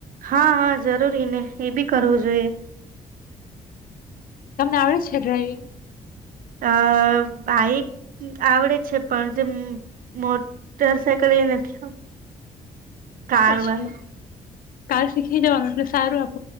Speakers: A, on the right (about 65°); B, on the left (about 65°).
A: હા હા જરૂરી ને એ બી કરવું જોઈએ
B: તમને આવડે જ છે ડ્રાઈવિંગ
A: અ બાઈક આવડે છે પણ જે મોટર સાયકલ એ નથી આવત કાર
B: અચ્છા
A: વાલ
B: કાર શીખી જવાનું એટલે સારું આપ